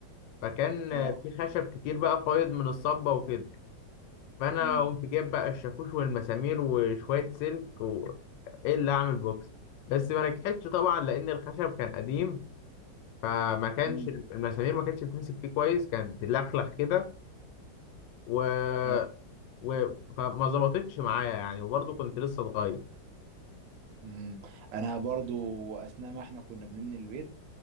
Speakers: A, on the left; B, on the right.
A: فكان
B: اه
A: في خشب كتير بقى فايض من الصبة وكده فأنا
B: مم.
A: قمت جايب بقى الشاكوش والمسامير وشوية سلك و إيه اللي أعمل بوكس بس ما نجحتش طبعا لأن الخشب كان قديم فما كانش
B: مم.
A: المسامير ما كانتش بتمسك فيه كويس كانت تلخلخ كده و...
B: اه
A: و... فما ظبطتش معايا يعني وبرضه كنت لسه صغير
B: مم. انا برضو اثناء ما احنا كنا بنبني البيت